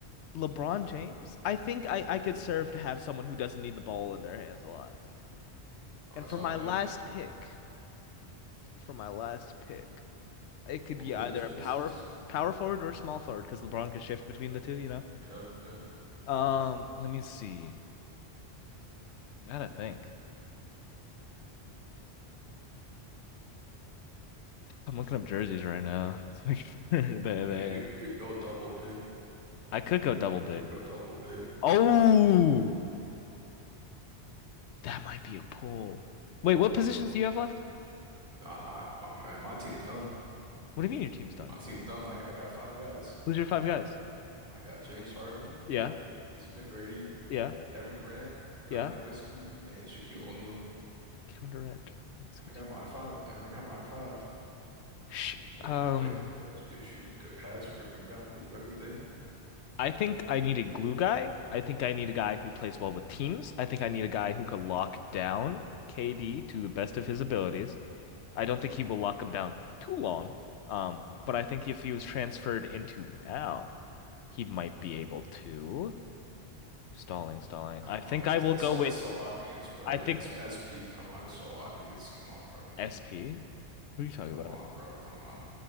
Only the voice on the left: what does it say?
LeBron James? I think I, I could serve to have someone who doesn't need the ball in their hands a lot.
And
for
my
last pick, for my last pick, it could
be
either a
power
f- power forward or small forward because LeBron could shift between the two, you know?
Um, let me see. I gotta think. I'm looking up jerseys right now <laughs> to make sure <laughs> they
they.
I could go double
big.
Oh, that might be a pull. Wait, what positions do you have left?
What do you mean your team's done?
Who's your five guys?
Yeah,
yeah,
yeah.
Kevin Durant. Let's get
Sh-
Um,
I think I need a glue guy. I think I need a guy who plays well with teams. I think I need a guy who could lock down KD to the best of his abilities. I don't think he will lock him down too long. Um, but I think if he was transferred into now, he might be able to. Stalling, stalling.
I think
I
will
go
with.
I think
SP. Who are you talking
about?